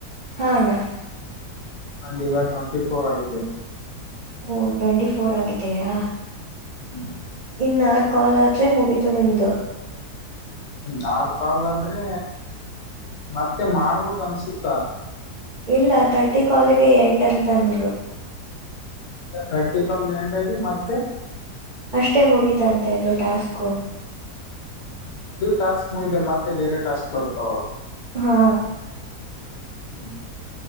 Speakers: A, on the right; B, on the left.
A: ಹಾ ಅಣ್ಣ
B: ನಂದ್ ಈಗ ಟ್ವೆಂಟಿ ಫೋರ್ ಆಗಿದೆ
A: ಓ ಟ್ವೆಂಟಿ ಫೋರ್ ಆಗಿದೆಯಾ
B: ಹ್ಮ್
A: ಇನ್ನಾರ್ ಕಾಲ್ ಆದ್ರೆ ಮುಗೀತು ನಿಮ್ದು
B: ಇನ್ ಯಾರ್ ಕಾಲ್ ಆದ್ರೆ ಮತ್ತೆ ಮಾಡ್ಬೋದ್ ಅನ್ಸುತ್ತಾ
A: ಇಲ್ಲ ತರ್ಟಿ ಕಾಲಿಗೆ ಎಂಡ್ ಅಂತನೃ
B: ತರ್ಟಿ ಕಾಲ್ಗ್ ಎಂಡ್ ಆಗಿ ಮತ್ತೆ
A: ಅಷ್ಟೇ ಮುಗೀತಂತೆ ಇದು ಟಾಸ್ಕು
B: ಇದು ಟಾಸ್ಕ್ ಮುಗಿದ್ ಮೇಲ್ ಮತ್ತೆ ಬೇರೆ ಟಾಸ್ಕ್ ಬರುತಾವ
A: ಹಾ
B: ಹ್ಮ